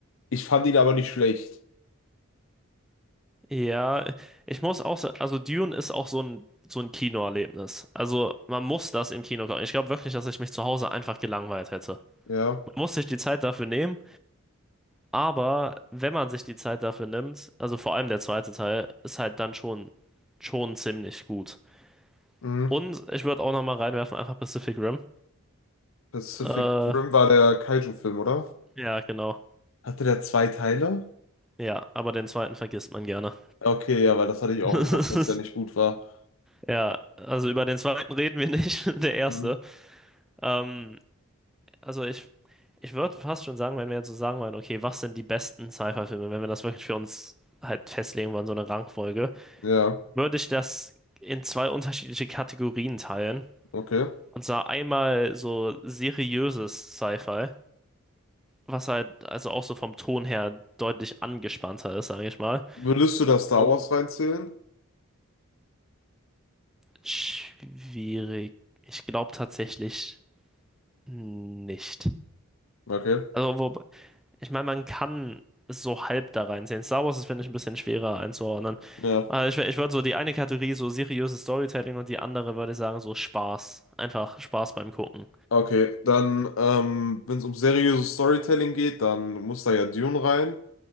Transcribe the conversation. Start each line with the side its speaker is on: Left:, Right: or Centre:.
Left: Ich fand ihn aber nicht schlecht.
Centre: Ja, ich muss auch sagen, also Dune ist auch so ein, so ein Kinoerlebnis. Also man muss das im Kino gucken. Ich glaube wirklich, dass ich mich zu Hause einfach gelangweilt hätte.
Left: Ja.
Centre: Man muss sich die Zeit dafür nehmen Aber wenn man sich die Zeit dafür nimmt, also vor allem der zweite Teil, ist halt dann schon, schon ziemlich gut.
Left: Mhm.
Centre: Und ich würde auch nochmal reinwerfen, einfach Pacific Rim.
Left: Pacific
Centre: Äh,
Left: Rim war der Kaiju-Film, oder?
Centre: ja, genau.
Left: Hatte der zwei Teile?
Centre: Ja, aber den zweiten vergisst man gerne.
Left: Okay, ja, weil das hatte ich auch
Centre: <laughs>
Left: im Kopf, dass der nicht gut war.
Centre: Ja, also über den zweiten reden wir nicht, <laughs> der erste.
Left: Mhm.
Centre: Ähm, also ich, ich würde fast schon sagen, wenn wir jetzt so sagen wollen, okay, was sind die besten Sci-Fi-Filme, wenn wir das wirklich für uns halt festlegen wollen, so eine Rangfolge,
Left: Ja,
Centre: würde ich das in zwei unterschiedliche Kategorien teilen.
Left: okay.
Centre: Und zwar einmal so seriöses Sci-Fi, was halt also auch so vom Ton her deutlich angespannter ist, sage ich mal.
Left: Würdest du da Star
Centre: Und
Left: Wars reinzählen?
Centre: schwierig. Ich glaube tatsächlich nicht.
Left: Okay,
Centre: Also, wobei, ich meine, man kann es so halb da reinsehen. Star Wars ist, finde ich, ein bisschen schwerer einzuordnen.
Left: ja.
Centre: Also ich, wär- ich würde so die eine Kategorie so seriöses Storytelling und die andere würde ich sagen so Spaß. Einfach Spaß beim Gucken.
Left: Okay, dann, ähm, wenn es um seriöses Storytelling geht, dann muss da ja Dune rein.